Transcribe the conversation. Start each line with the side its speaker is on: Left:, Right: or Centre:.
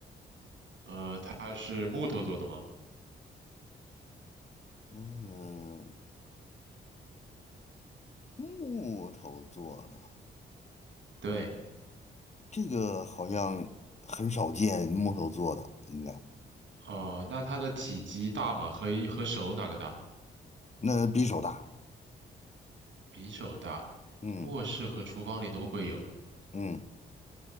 Right: 呃，它是木头做的吗？
Left: 嗯，木头做的，
Right: 对，
Left: 这个好像很少见，木头做的应该，
Right: 哦、那它的体积大吗？和一和手哪个大？
Left: 那比手大。
Right: 比手大，
Left: 嗯
Right: 卧室和厨房里都会有，
Left: 嗯